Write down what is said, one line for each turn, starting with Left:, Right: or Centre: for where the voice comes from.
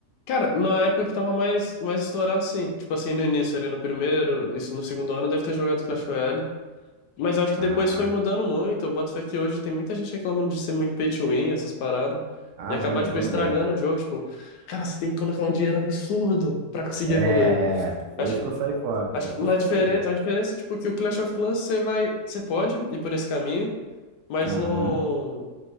Left: Cara, na época que tava mais, mais estourado, sim. Tipo assim, no início, ali no primeiro, isso no segundo ano, eu devo ter jogado Clash Royale. Mas eu acho que
Right: Ah,
Left: depois foi mudando muito. Eu boto fé que hoje tem muita gente reclamando de ser muito pay to win, essas paradas.
Right: ah,
Left: E acabar,
Right: não, mudou
Left: tipo, estragando
Right: mesmo.
Left: o jogo. Tipo, cara, você tem que colocar um dinheiro absurdo pra conseguir
Right: É,
Left: evoluir.
Right: é. Foi
Left: Acho
Right: isso
Left: que,
Right: que eu saí fora.
Left: acho
Right: Foi isso
Left: que
Right: que
Left: na
Right: eu saí
Left: diferen
Right: também.
Left: a diferença é, tipo, que o Clash of Clans você vai, você pode ir por esse caminho, mas
Right: Aham.
Left: não.